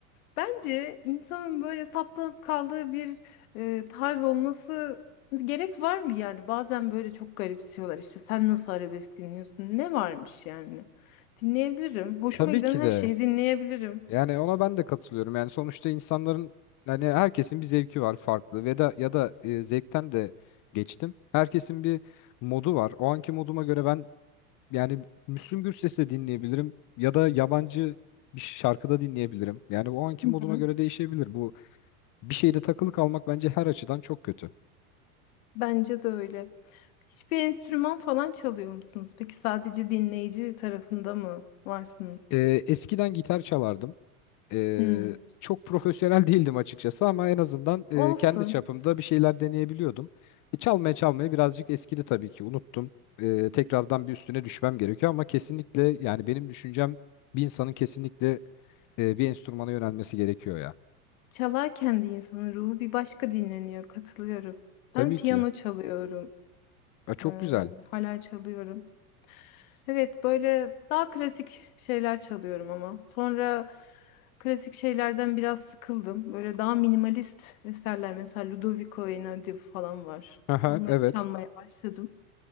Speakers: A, on the left (about 65°); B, on the left (about 45°).
A: Bence insanın böyle saplanıp kaldığı bir e, tarz olması gerek var mı yani? Bazen böyle çok garipsiyorlar işte sen nasıl arabesk dinliyorsun? Ne varmış yani? Dinleyebilirim. Hoşuma
B: Tabii
A: giden
B: ki
A: her
B: de.
A: şeyi dinleyebilirim.
B: Yani ona ben de katılıyorum. Yani sonuçta insanların hani herkesin bir zevki var farklı ve da ya da e, zevkten de geçtim. Herkesin bir modu var. O anki moduma göre ben yani Müslüm Gürses de dinleyebilirim ya da yabancı bir şarkıda dinleyebilirim. Yani o anki
A: Hı
B: moduma
A: hı.
B: göre değişebilir. Bu bir şeyde takılı kalmak bence her açıdan çok kötü.
A: Bence de öyle. Hiçbir enstrüman falan çalıyor musunuz? Peki sadece dinleyici tarafında mı varsınız?
B: Ee, eskiden gitar çalardım. Ee,
A: Hmm.
B: çok profesyonel <laughs> değildim açıkçası ama en azından e,
A: Olsun.
B: kendi çapımda bir şeyler deneyebiliyordum. E, çalmaya çalmaya birazcık eskidi tabii ki unuttum. Ee, tekrardan bir üstüne düşmem gerekiyor ama kesinlikle yani benim düşüncem bir insanın kesinlikle e, bir enstrümana yönelmesi gerekiyor ya.
A: Çalarken de insanın ruhu bir başka dinleniyor. Katılıyorum.
B: Tabii
A: Ben piyano
B: ki.
A: çalıyorum.
B: Ya çok
A: Ee,
B: güzel.
A: hala çalıyorum. Evet böyle daha klasik şeyler çalıyorum ama. Sonra klasik şeylerden biraz sıkıldım. Böyle daha minimalist eserler mesela Ludovico Einaudi falan var.
B: Aha,
A: Onları
B: evet.
A: çalmaya başladım.